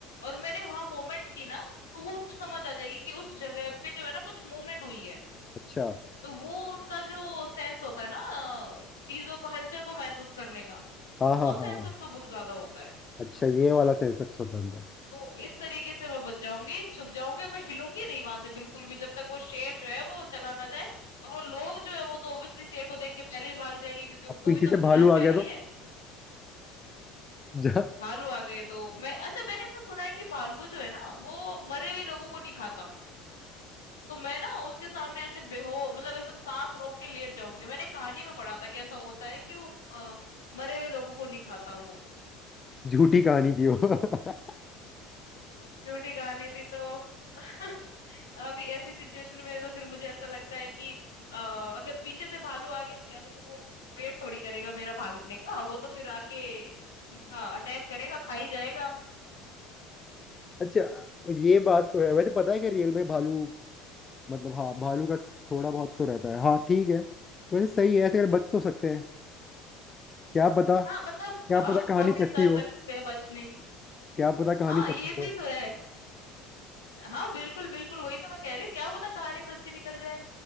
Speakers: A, on the left (about 75°); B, on the left (about 25°).
A: और मैंने वहां मूवमेंट की ना तो वो उनको समझ आ जाएगी कि उस जगह पे जो है ना कुछ मूवमेंट हुई है
B: अच्छा
A: तो वो उनका जो सेंस होता है ना अ, चीजों को हलचल को महसूस करने का
B: हाँ हाँ
A: वो सेंस
B: हाँ हाँ।
A: उनका बहुत ज्यादा होता है
B: अच्छा ये वाला सेंस अच्छा था इनका
A: तो इस तरीके से मैं बच जाऊँगी, छुप जाऊँगी और मैं हिलूँगी नहीं वहाँ से बिल्कुल भी जब तक वो शेर जो है वो चला ना जाए और वो लोग जो है वो तो ऑब्वियसली शेर को देख के पहले ही भाग जाएँगे क्योंकि
B: अब
A: उनको
B: पीछे
A: भी तो
B: से
A: अपनी
B: भालू
A: जान
B: आ
A: प्यारी
B: गया तो
A: है।
B: जा
A: भालू आ गए तो मैं अच्छा मैंने ऐसा सुना है कि भालू जो है ना वो मरे हुए लोगों को नहीं खाता। तो मैं ना उसके सामने ऐसे बेहो मतलब एकदम साँस रोक के लेट जाऊँगी। मैंने कहानी में पढ़ा था कि ऐसा होता है कि वो अ, मरे हुए लोगों को नहीं खाता वो।
B: झूठी कहानी थी वो <laughs>
A: झूठी कहानी थी तो <laughs> अभी ऐसी सिचुएशन में तो फिर मुझे ऐसा लगता है कि अ, अगर पीछे से भालू आ गया तो या तो फिर वो वेट थोड़ी करेगा मेरा भागने का वो तो फिर आके सीधा अटैक करेगा खा ही जाएगा
B: अच्छा ये बात तो है वैसे पता है कि रियल में भालू मतलब हाँ भालू का थोड़ा बहुत तो रहता है हाँ ठीक है वैसे सही है ऐसे अगर बच तो सकते हैं क्या पता
A: हाँ मतलब
B: क्या
A: हम
B: पता कहानी
A: कोशिश
B: सच्ची
A: कर
B: हो
A: सकते हैं बचने की
B: क्या पता कहानी
A: हाँ
B: सच्ची
A: ये
B: हो
A: भी तो है हाँ बिल्कुल बिल्कुल वही तो मैं कह रही हूँ क्या पता कहानी सच्ची निकल जाए